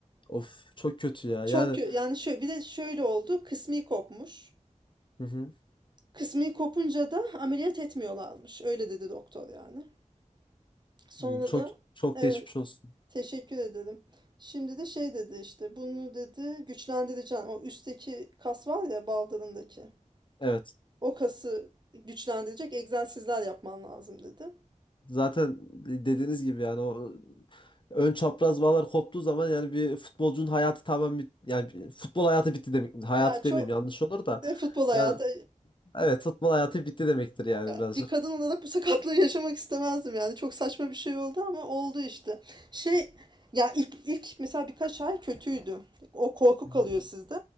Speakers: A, on the left (about 40°); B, on the right (about 35°).
A: Of çok kötü ya.
B: Çok
A: Yani
B: kö- yani şöyle bir de şöyle oldu. Kısmi kopmuş.
A: hı hı,
B: Kısmi kopunca da ameliyat etmiyorlarmış. Öyle dedi doktor yani. Sonra
A: Hmm, çok
B: da
A: çok
B: evet
A: geçmiş olsun.
B: teşekkür ederim. Şimdi de şey dedi işte bunu dedi güçlendireceğim. O üstteki kas var ya baldırındaki.
A: Evet.
B: O kası güçlendirecek egzersizler yapman lazım dedi.
A: Zaten e, dediğiniz gibi yani o e, ön çapraz bağlar koptuğu zaman yani bir futbolcunun hayatı tamamen bit- yani bir- futbol hayatı bitti demek. Hayatı
B: Ya çok
A: demeyeyim yanlış olur da.
B: e, futbol hayatı
A: Yani evet futbol hayatı bitti demektir yani
B: Yani
A: birazcık.
B: bir kadın olarak bu sakatlığı yaşamak istemezdim yani. Çok saçma bir şey oldu ama oldu işte. Şey ya ilk ilk mesela birkaç ay kötüydü. O korku
A: Hı
B: kalıyor
A: hı.
B: sizde.